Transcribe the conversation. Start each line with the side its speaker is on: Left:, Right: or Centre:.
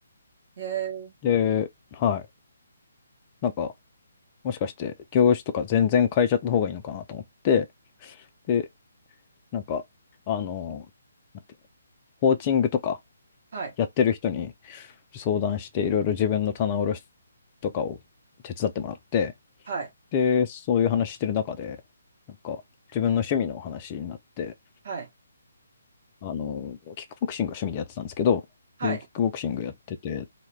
Right: えー、
Left: で、はい、なんか、もしかして業種とか全然変えちゃった方がいいのかなと思って、で、なんか、あの、なんていうの、コーチングとか
Right: はい、
Left: やってる人に相談して、いろいろ自分の棚卸しとかを手伝ってもらって、
Right: はい、
Left: で、そういう話してる中で、なんか、自分の趣味の話になって、
Right: はい、
Left: あの、キックボクシングが趣味でやってたんですけど、
Right: はい、
Left: で、キックボクシングやってて、